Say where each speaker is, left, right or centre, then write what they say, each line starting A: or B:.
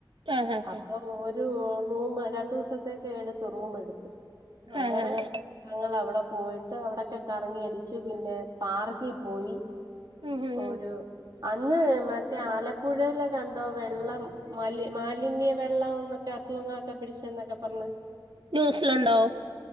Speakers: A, on the right; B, on the right.
A: ആ ഹ ഹ
B: അപ്പൊ ഒരു റൂ രണ്ട ദിവസത്തേക്ക് എടുത്തു റൂമ എടുത്തു അങ്ങനെ
A: ആഹ് ആഹ്
B: ഞങ്ങൾ അവിടെ പോയിട്ട് അവിടെൊക്കെ കറങ്ങി അടിച്ചു പിന്നെ പാർക്കിൽ പോയി
A: ഉം ഉം
B: ഒരു
A: ഉം
B: അന്ന് മറ്റേ ആലപ്പ പുഴൽ കണ്ടോ വെള്ളം മാലിന്യ വെള്ളം എന്നൊക്കെ അസുഖങ്ങളൊക്കെ പിടിച്ചന്നൊക്കെ പറഞ്ഞ
A: ന്യൂസിലുണ്ടോ